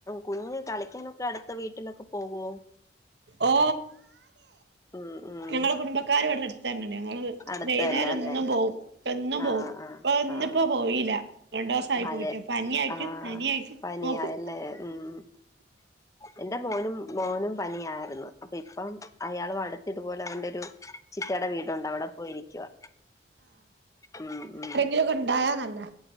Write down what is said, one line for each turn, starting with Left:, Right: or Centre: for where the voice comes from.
Left: കുഞ്ഞ് കളിക്കാനൊക്കെ അടുത്ത വീട്ടിലൊക്കെ പോവോ
Right: ഓ
Left: ഉം ഉം
Right: ഞങ്ങളെ കുടുംബക്കാര് ഇവിടെ അടുത്തന്നണ്ട്
Left: അടുത്ത്
Right: വൈകുന്നേരം
Left: തന്നെ അല്ലേ
Right: എന്നും പോവും എന്നും
Left: ആഹ്
Right: പോവും
Left: ആഹ്
Right: അപ്പ ഇന്നിപ്പോ
Left: ആഹ്
Right: പോയില്ല രണ്ടുസായി
Left: മഴ
Right: പോയിട്ട് പനി ആയിട്ട്
Left: ആഹ്
Right: പനിയായിട്ട്
Left: പനിയായല്ലേ
Right: മോക്കു
Left: ഉം എന്റെ മോനും മോനും പനി <unintelligible> അപ്പൊ ഇപ്പം അയാള അടുത്ത് ഇതുപോലെ അവന്റെ ഒരു ചിറ്റേടെ വീടുണ്ട് അവിടെ പോയിരിക്കവാ ഉം ഉം
Right: <unintelligible> ഇണ്ടായ നല്ലാ